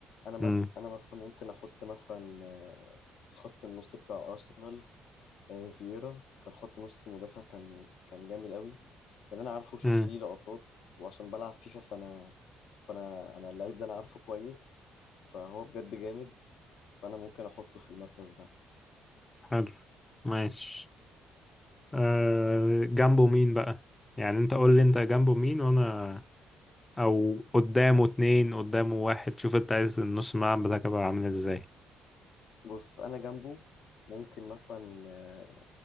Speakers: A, on the left; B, on the left.
A: انا
B: مم.
A: مك... انا مثلا ممكن احط مثلا آه، خط النص بتاع ارسنال آه، فييرا كان خط نص مدافع كان كان جامد قوي لان انا عارفه وشفت
B: مم.
A: ليه لقطات وعشان بلعب فيفا فانا فانا انا اللعيب ده انا عارفه كويس فهو بجد جامد فانا ممكن احطه في المركز ده
B: حلو ماشي آه جنبه مين بقى يعني انت قول لي انت جنبه مين وانا او قدامه اتنين قدامه واحد شوف انت عايز النص الملعب بتاعك يبقى عامل ازاي
A: بص انا جنبه ممكن مثلا آه،